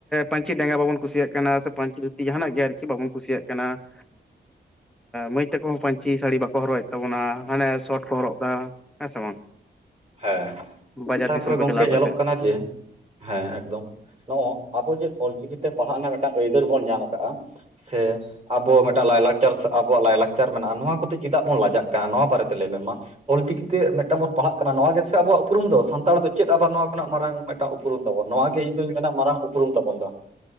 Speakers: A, in the centre; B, on the right.
A: ᱯᱟᱹᱧᱪᱤ ᱰᱮᱸᱜᱟ ᱵᱟᱵᱚᱱ ᱠᱩᱥᱤᱭᱟᱜ ᱠᱟᱱᱟ ᱥᱮ ᱯᱟᱹᱧᱪᱤ ᱫᱷᱩᱛᱤ ᱡᱟᱦᱟᱸᱱᱟᱜ ᱜᱮ ᱟᱨᱠᱤ ᱵᱟᱵᱚᱱ ᱠᱩᱥᱤᱭᱟᱜ ᱠᱟᱱᱟ <inaudible> ᱢᱟᱹᱭ ᱛᱟᱠᱚ ᱦᱚᱸ ᱯᱟᱹᱧᱪᱤ ᱥᱟᱹᱲᱤ ᱵᱟᱠᱚ ᱦᱚᱨᱚᱜ ᱮᱫ ᱛᱟᱵᱚᱱᱟ ᱦᱟᱱᱮ ᱥᱚᱴ ᱠᱚ ᱦᱚᱨᱚᱜ ᱮᱫᱟ ᱦᱮᱸ ᱥᱮ ᱵᱟᱝ
B: ᱦᱮᱸ
A: ᱵᱟᱡᱟᱨ
B: ᱛᱟᱯᱚᱨᱮ
A: ᱫᱤᱥᱚᱢ ᱠᱚ
B: ᱜᱚᱝᱠᱮ
A: ᱪᱟᱞᱟᱣ
B: ᱧᱮᱞᱚᱜ
A: ᱠᱟᱛᱮᱫ
B: ᱠᱟᱱᱟ ᱡᱮ ᱦᱮᱸ ᱮᱠᱫᱚᱢ ᱱᱚᱜᱚᱭ ᱟᱵᱚ ᱡᱮ ᱚᱞᱪᱤᱠᱤᱛᱮ ᱯᱟᱲᱦᱟᱜ ᱨᱮᱱᱟᱜ ᱢᱤᱫᱴᱟᱝ ᱟᱹᱭᱫᱟᱹᱨ ᱵᱚᱱ ᱧᱟᱢ ᱟᱠᱟᱜᱟ ᱥᱮ ᱟᱵᱚ ᱢᱤᱫᱴᱟᱝ ᱞᱟᱭᱼᱞᱟᱠᱪᱟᱨ ᱥᱮ ᱟᱵᱚᱣᱟᱜ ᱞᱟᱭᱼᱞᱟᱠᱪᱟᱨ ᱢᱮᱱᱟᱜᱼᱟ ᱱᱚᱣᱟ ᱠᱚᱛᱮ ᱪᱮᱫᱟᱜ ᱵᱚᱱ ᱞᱟᱡᱟᱜ ᱠᱟᱱᱟ ᱱᱚᱣᱟ ᱵᱟᱨᱮᱛᱮ ᱞᱟᱹᱭ ᱢᱮ ᱢᱟ ᱚᱞᱪᱤᱠᱤ ᱛᱮ ᱢᱤᱫᱴᱟᱝ ᱵᱚᱱ ᱯᱟᱲᱦᱟᱜ ᱠᱟᱱᱟ ᱱᱚᱣᱟ ᱜᱮ ᱥᱮ ᱟᱵᱚᱣᱟᱜ ᱩᱯᱨᱩᱢ ᱫᱚ ᱥᱟᱱᱛᱟᱲ ᱫᱚ ᱪᱮᱫ ᱟᱵᱟᱨ ᱱᱚᱣᱟ ᱠᱷᱚᱱ ᱟᱜ ᱢᱟᱨᱟᱝ ᱢᱤᱫᱟᱝ ᱩᱨᱩᱢ ᱛᱟᱵᱚᱱ ᱱᱚ ᱜᱮ ᱤᱧ ᱫᱩᱧ ᱢᱮᱱᱟ ᱢᱟᱨᱟᱝ ᱩᱯᱨᱩᱢ ᱩᱯᱨᱩᱢ ᱛᱟᱵᱚᱱ ᱫᱚ